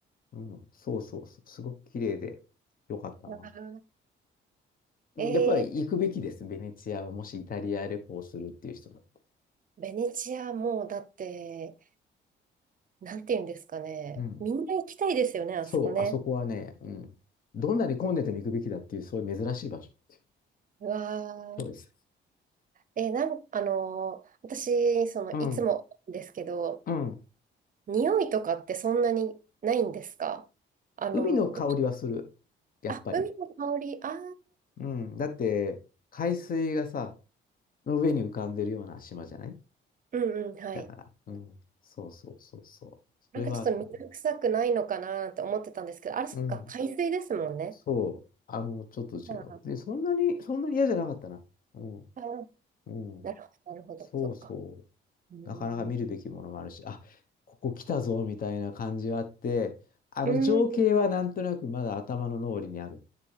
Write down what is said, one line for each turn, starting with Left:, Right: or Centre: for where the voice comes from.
Left: うん、そうそうそう、すごく綺麗で、よかったな。
Right: ん。ああ、
Left: うんやっぱり行くべきです、
Right: えー、
Left: ベネチアは。もしイタリア旅行するっていう人だった
Right: ベネチアもうだって、なんて言うんですかね。
Left: ら。うん
Right: みんな行きたいですよね、あそこね。
Left: そう、あそこはね、うん。どんなに混んでても行くべきだっていう、そういう珍しい場所っていう。
Right: うわ
Left: そうです。
Right: えー、なん、あのー私、その、
Left: うん。
Right: いつもですけど、
Left: うん。
Right: 匂いとかってそんなにないんですかあの、
Left: 海の香りはする。
Right: ど、
Left: やっぱり。
Right: あ、海の香り、ああ、
Left: うん。だって、海水がさ、の上に浮かんでるような島じゃない
Right: うんうん、はい。
Left: だから。うん。そうそうそうそう。それはあるかな。
Right: なんかちょっと水臭くないのかなって思ってたんですけど、あれ、そっか、
Left: うん。
Right: 海水ですもんね。
Left: そう。あの、ちょっと違う。
Right: あ
Left: で、そんなに、そんなに嫌じゃなかったな。うん。
Right: あー、
Left: うん。
Right: なるほど、なるほど、
Left: そうそ
Right: そっか。うーん。
Left: う。なかなか見るべきものもあるし、あ、ここ来たぞみたいな感じはあって、あの情景はなんとなくまだ頭の脳裏にある。
Right: うん。